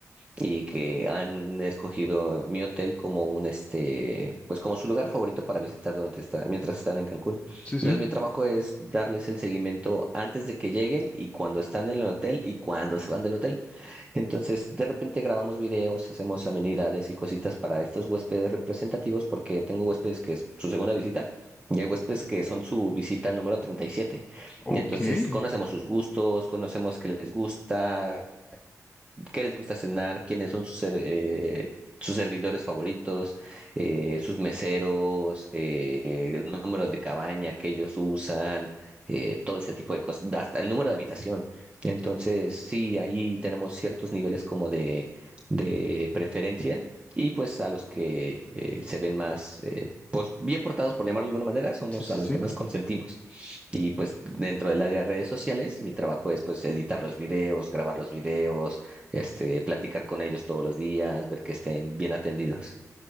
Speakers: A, on the right (about 20°); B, on the left (about 20°).
A: y que han escogido mi hotel como un este, pues como su lugar favorito para visitar durante esta, mientras están en Cancún.
B: sí, sí.
A: Entonces, mi trabajo es darles el seguimiento antes de que lleguen y cuando están en el hotel y cuando se van del hotel. Entonces, de repente grabamos videos, hacemos amenidades y cositas para estos huéspedes representativos porque tengo huéspedes que es su segunda visita. Y hay huéspedes que son su visita número 37. Y siete.
B: Ok,
A: Y entonces
B: sí,
A: conocemos sus gustos, conocemos qué les gusta, qué les gusta cenar, quiénes son sus, ser- eh, sus servidores favoritos, eh, sus meseros, eh, el número de cabaña que ellos usan, eh, todo ese tipo de cosas, hasta el número de habitación. Entonces, sí, ahí tenemos ciertos niveles como de, de preferencia y pues a los que eh, se ven más... eh, pues bien portados, por llamarlo de alguna manera, somos
B: sí, sí.
A: a los que más consentimos. Y pues dentro del área de redes sociales, mi trabajo es pues editar los videos, grabar los videos, este, platicar con ellos todos los días, ver que estén bien atendidos.